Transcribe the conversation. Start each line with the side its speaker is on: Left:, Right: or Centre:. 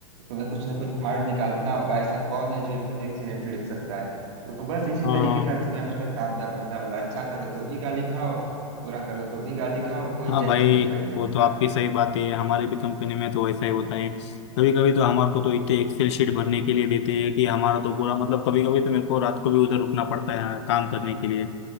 Right: तुम्हें कुछ ना कुछ फाड़ निकालना होगा ऐसा कौन है जो एकदम एक्सीडेंट लिख सकता है तो बस इसी
Left: हाँ
Right: तरीके का दुनिया भर का तामझाम रहता है मतलब अच्छा करो तो भी गाली खाओ बुरा करो तो भी गाली खाओ कोई
Left: हाँ
Right: चैन
Left: भाई
Right: से नहीं बैठने
Left: वो
Right: देता
Left: तो आपकी
Right: है
Left: सही बात है हमारे भी कंपनी में तो वैसा ही होता है कभी कभी तो हमारे को तो इतने एक्सेल शीट भरने के लिए देते हैं कि हमारा तो पूरा मतलब कभी कभी तो मेरे को रात को भी उधर रुकना पड़ता है काम करने के लिए